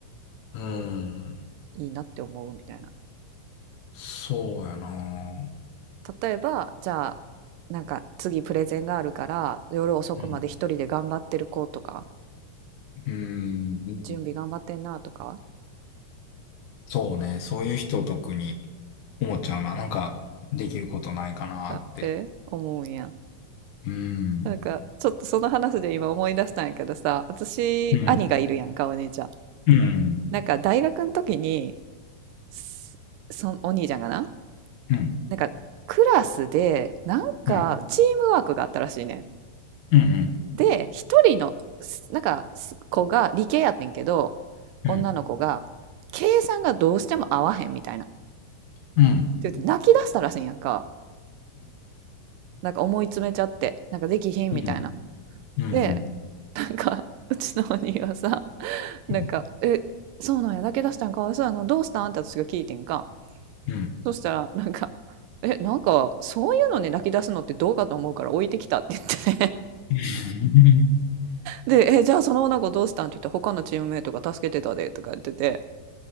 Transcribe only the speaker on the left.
うーん
そうやなあ
うーん
そうね、そういう人特に思っちゃうななんかできることないかなあって
うーん
うーんうーん
うーん
うーんうーん
う
ーん
うーんうん、
うん、
うん、
うん。